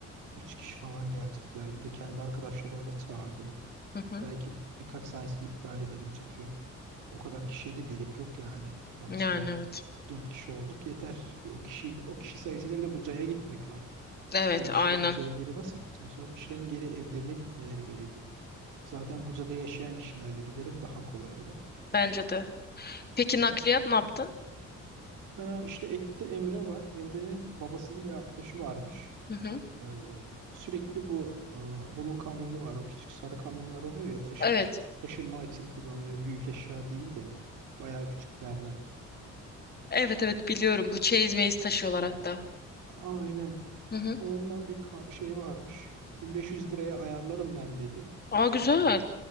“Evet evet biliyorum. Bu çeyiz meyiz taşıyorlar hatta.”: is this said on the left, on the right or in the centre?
Left